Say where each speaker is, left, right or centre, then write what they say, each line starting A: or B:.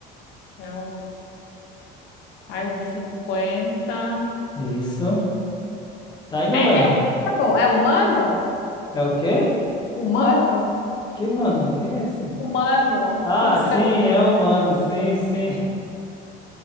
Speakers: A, on the left; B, on the left.
A: É um mais de cinquenta
B: Isso. Tá indo
A: É,
B: bem.
A: é humano? É humano?
B: É o quê?
A: Humano?
B: Que mano? Quem é esse?
A: Humano.
B: Ah,
A: Um ser...
B: sim, é humano. Sim, sim.